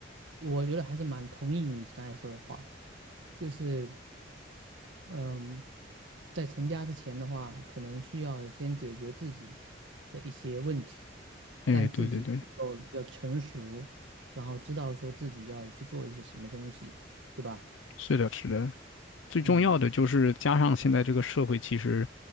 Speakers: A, on the right; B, on the left.
A: 我觉得还是蛮同意你刚才说的话，就是嗯，在成家之前的话，可能需要先解决自己的一些问题，
B: 哎，对对对，
A: 能够比较成熟，然后知道说自己要去做一些什么东西，对吧？
B: 是的，是的。最重要的就是加上现在这个社会，
A: 嗯。
B: 其实，